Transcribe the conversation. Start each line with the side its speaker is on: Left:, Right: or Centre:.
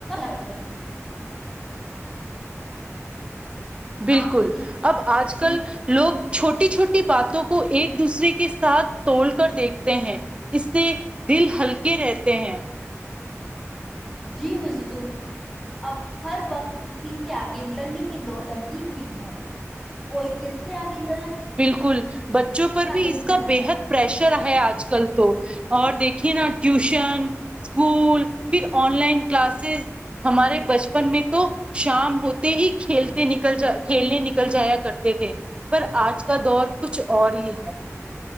Centre: کرتے تھے
Right: بالکل
Centre: ہاں اس لیے
Right: اب آج کل لوگ چھوٹی چھوٹی باتوں کو ایک دوسرے کے ساتھ توڑ کر دیکھتے ہیں اس سے دل ہلکے رہتے ہیں
Centre: جی حضور اب ہر وقت کسی سے آگے نکلنے کی دوڑ لگی ہوئی ہے کوئی کسے آگے نہیں
Right: بالکل بچوں پر بھی
Centre: نکلنا
Right: اس کا
Centre: چاہتا
Right: بےحد
Centre: ہے
Right: پریشر ہے آج کل تو اور دیکھیے نا ٹیوشن اسکول پھر آن لائن کلاسز ہمارے بچپن میں تو شام ہوتے ہی کھیلتے نکل جا کھیلنے نکل جایا کرتے تھے پر آج ک کا دور کچھ اور ہی ہے